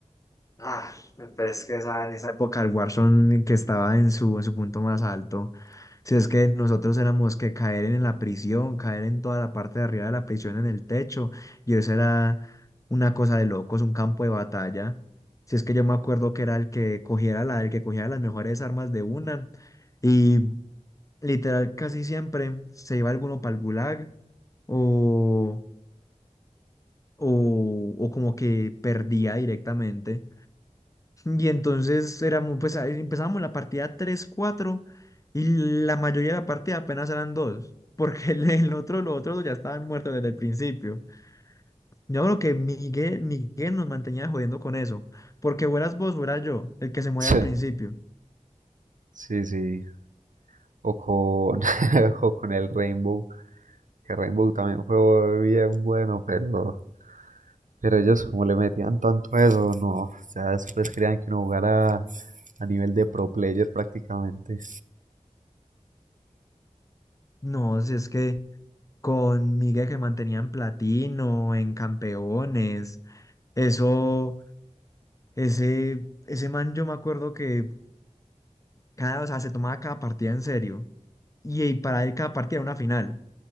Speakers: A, on the left (about 25°); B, on the right (about 80°).
A: Ah, pero es que esa, en esa época el Warzone que estaba en su, en su punto más alto. Si es que nosotros éramos que caer en la prisión, caer en toda la parte de arriba de la prisión, en el techo, y eso era una cosa de locos, un campo de batalla. Si es que yo me acuerdo que era el que cogiera la, el que cogiera las mejores armas de una. y literal casi siempre se iba alguno para el gulag o, o, o como que perdía directamente. Y entonces éramos, pues ahí empezábamos la partida tres cuatro y la mayoría de la partida apenas eran dos. <laughs> Porque el, el otro, los otros dos ya estaban muertos desde el principio. Yo creo que Miguel, Miguel nos mantenía jodiendo con eso. Porque fueras vos, fuera yo, el que se muere
B: <laughs>
A: al principio.
B: Sí, sí, sí. o con, <laughs> o con el Rainbow, que Rainbow también fue bien bueno, pero Pero ellos como le metían tanto a eso, no, o sea, después querían que uno jugara a nivel de pro player prácticamente.
A: No, si es que con Miguel que mantenía en platino, en campeones, eso, ese, ese man yo me acuerdo que cada, o sea, se tomaba cada partida en serio. Y, y para él cada partida era una final.